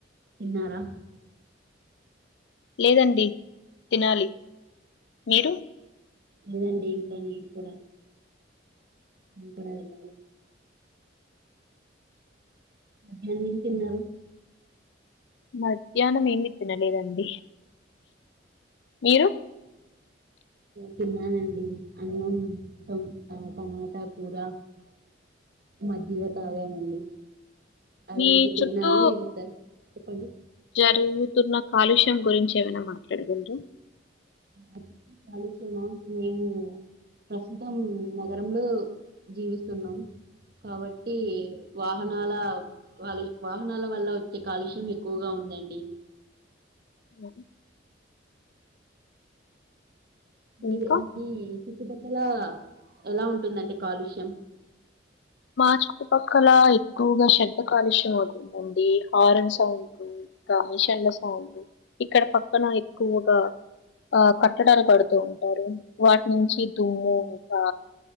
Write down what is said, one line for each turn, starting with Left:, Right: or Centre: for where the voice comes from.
Right: తిన్నారా
Left: లేదండి తినాలి మీరు
Right: లేదండి ఇంకా నేను కూడా నేను కుడ వెళ్లాలి మధ్యాహ్నం ఏం తిన్నారు
Left: మధ్యానమేమి తినలేదండి మీరు
Right: తిన్నానండి అన్నం టమ్ టమాటా కూర మజ్జిగ తాగానండి అ
Left: మీ
Right: రెండూ
Left: చుట్టూ
Right: తిన్నాను ఇది త చెప్పండి
Left: <inaudible> తున్న కాలుష్యం గురించి ఏమైనా మాట్లాడగలరా
Right: <inaudible> కాలుష్యమా నేను ప్రస్తుతం నగరంలో జీవిస్తున్నాం కాబట్టి వాహనాల కాలు వాహనాల వల్ల వచ్చే కాలుష్యం ఎక్కువగా ఉం ఉందండి
Left: ఉమ్.
Right: <inaudible>
Left: ఇంకా
Right: మీ చుట్టుపక్కల ఎలా ఉంటుందండి కాలుష్యం
Left: మా చుట్టుపక్కల ఎక్కువగా శబ్ద కాలుష్యం అవుతుందండి హారన్ సౌండ్లు కా మిషన్ ల సౌండ్లు ఇక్కడ పక్కన ఎక్కువగా ఆ కట్టడాలు కడుతూ ఉంటారు వాటి నుంచి దుమ్ము ఇంకా